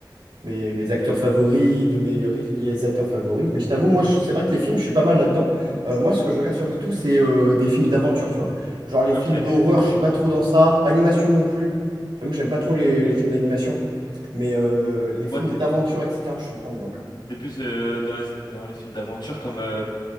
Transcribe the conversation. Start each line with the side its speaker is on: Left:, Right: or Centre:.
Right: mes, mes acteurs favoris, de mes réalisateurs favoris. Mais je t'avoue, moi, je- c'est vrai que les films, je suis pas mal là-dedans. Euh, moi, ce que je regarde surtout, c'est euh, des films d'aventure, tu vois. Genre les
Left: Ok.
Right: films d'horreur, je suis pas trop dans ça. Animation non plus. J'avoue que j'aime pas trop les, les films d'animation. Mais euh, les
Left: Moi,
Right: films
Left: t'es
Right: d'aventure, etc., je suis bien dedans.
Left: t'es plus euh, dans les, dans les films d'aventure comme... euh,